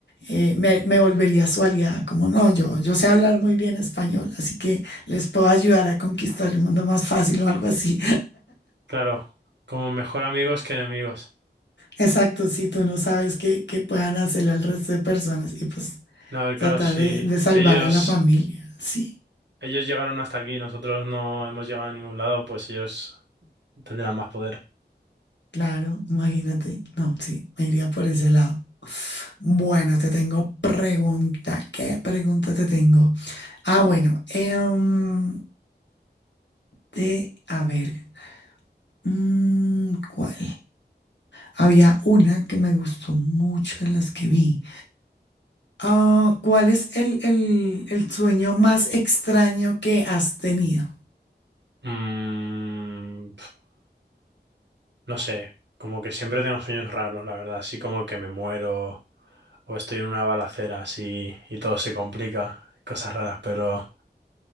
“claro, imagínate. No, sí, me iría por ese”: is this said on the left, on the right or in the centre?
Left